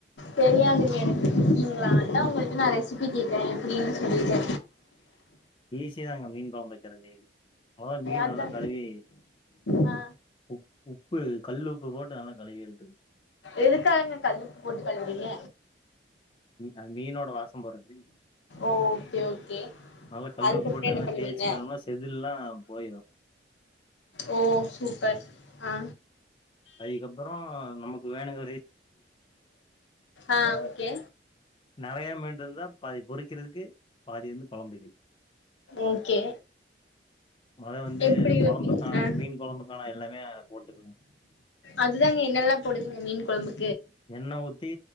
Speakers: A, on the left (about 80°); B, on the left (about 30°).
A: தெரியாதுங்க எனக்கு ஒக்கீங்களா அதா உங்கள்டா நான் ரெசிபி கேட்டேன் எப்டின்னு சொல்லிட்டு
B: ஈசிதாங்க மீன் கொழம்பு வெய்க்கிறது அதான் மீன்
A: அதா
B: நல்லா கழுவி
A: ஆ
B: உ உப்பு கல்லு உப்பு போட் ஆன கழுவியல்
A: எதுக்காகங்க கல்லுப்பு போட்டு கழுவறீங்க
B: ஆ மீனோட வாசம் போறதுக்கு
A: ஓகே ஓகே
B: நல்லா கல்லு
A: அதுக்கப்புறம்
B: போட்டு
A: என்ன
B: நல்லா
A: பண்ணுவீங்க
B: தேய்ச்சுட்டோம்னா செதில்லா போயிரு.
A: ஓ சூப்பர் ஆ
B: அதுக்கப்புறம் நமக்கு வேணுங்க
A: ஆஹ் ஓகே
B: நிறைய மீனுறுந்தா பாதி பொறிக்கிறதுக்கு பாதி வந்து குழம்பு வைக்க
A: ஓகே
B: மொத வந்து
A: எப்டி
B: கொழம்புக்கான
A: ஹ
B: மீன் கொழம்புக்கான எல்லாமே போட்டுக்கணு.
A: அதுதாங்க என்னல்லா கொடுங் மீன் குழம்பு
B: என்ன ஊத்தி